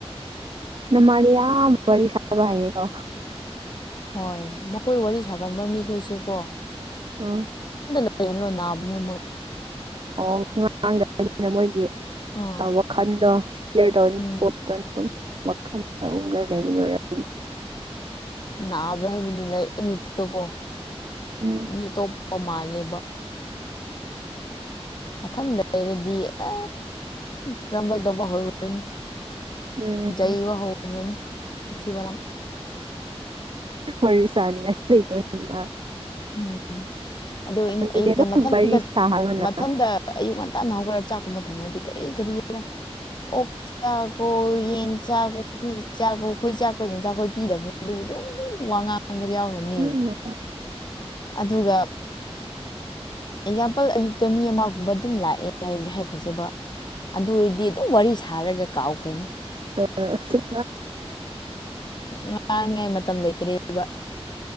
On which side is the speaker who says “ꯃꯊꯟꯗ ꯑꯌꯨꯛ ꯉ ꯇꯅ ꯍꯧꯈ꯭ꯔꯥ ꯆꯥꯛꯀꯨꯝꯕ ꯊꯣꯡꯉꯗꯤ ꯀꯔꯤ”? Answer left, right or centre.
Left